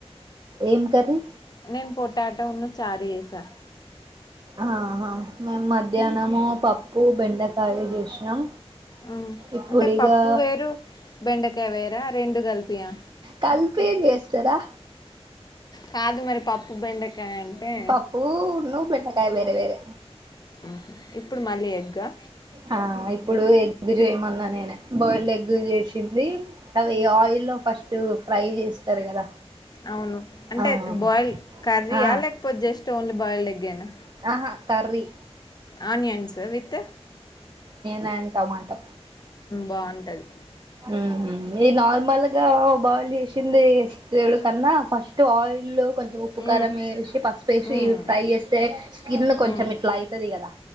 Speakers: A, on the right; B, on the left.
A: ఏం కర్రీ
B: నేన్ పోటాటొ ఉన్ను చారు ఎసా
A: ఆహా మేమ్ మధ్యాహనము పప్పు బెండకాయ చేసినాం
B: అ
A: ఇప్పుడిగా
B: అంటే పప్పు వేరు బెండకాయ వేరా రెండు కలిపియా
A: కలిపి ఏ చేస్తారా
B: కాదు మరి పప్పు బెండకాయ అంటే
A: పప్పు ను బెండకాయ వేరే వేరే
B: ఆహా. ఇప్పుడు మళ్ళీ ఎగ్గా
A: ఆ ఇప్పుడు ఎగ్ చేయ్మన్నా నేనే బాయిల్డ్ ఎగ్ చేసింది అవి ఆయిల్ ఫస్ట్ ఫ్రై చేస్తారు కదా
B: అవును అంటే
A: ఆ
B: బాయిల్డ్ కర్రీయా
A: ఆ
B: లేకపోతే జస్ట్ ఓన్లీ బాయిల్డ్ ఎగ్గేనా
A: ఆహ curry
B: onions with
A: and tomato
B: బాగుంటది
A: ఉహ్మ్ ఈ నార్మల్గా బాయిల్ చేసింది దేనుడు కన్నా ఫస్ట్ ఆయిల్లో కొంచెం ఉప్పు
B: ఉమ్,
A: కారం ఎసి పసుపు ఎసి
B: ఉమ్,
A: ఫ్రై చేస్తే స్కిన్ కొంచెం
B: ఉమ్.
A: ఇట్లా అయితది కదా